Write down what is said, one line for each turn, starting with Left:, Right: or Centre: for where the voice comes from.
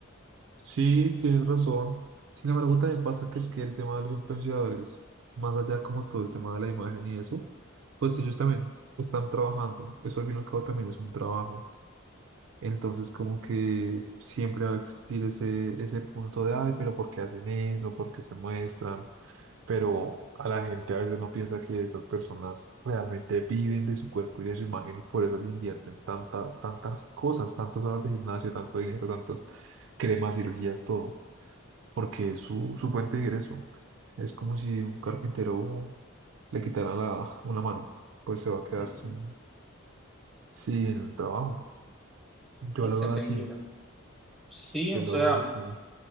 Right: Sí, tienes razón. Sin embargo, también pasa que es que el tema de los influenciadores, más allá como todo el tema de la imagen y eso, pues ellos también están trabajando. Eso al fin y al cabo también es un trabajo. Entonces, como que siempre va a existir ese, ese punto de, ay, pero ¿por qué hacen eso? ¿Por qué se muestran? pero a la gente a veces no piensa que esas personas realmente viven de su cuerpo y de su imagen y por eso le invierten tanta, tantas cosas, tantas horas de gimnasio, tanto dinero, tantas cremas, cirugías, todo, porque es su, su fuente de ingreso. Es como si un carpintero le quitaran la, una mano, pues se va a quedar
Centre: Ujú.
Right: sin, sin trabajo. Yo
Centre: Es
Right: lo veo
Centre: entendible.
Right: así,
Centre: Sí,
Right: yo
Centre: o
Right: lo
Centre: sea,
Right: veo así.